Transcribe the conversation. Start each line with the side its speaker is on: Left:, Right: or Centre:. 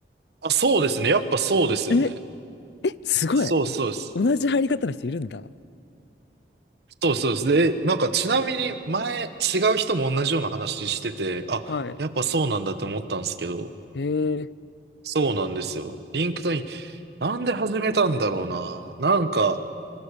Right: あ、そうですね。やっぱそうですよね。
Left: え、え、すごい。
Right: そうそうです。
Left: 同じ入り方の人いるんだ。
Right: そうそうです。で、なんかちなみに前違う人も同じような話してて、あ、
Left: はい。
Right: やっぱそうなんだって思ったんですけど、
Left: へえ、
Right: そうなんですよ。リンクトイン、なんで始めたんだろうな。なんか、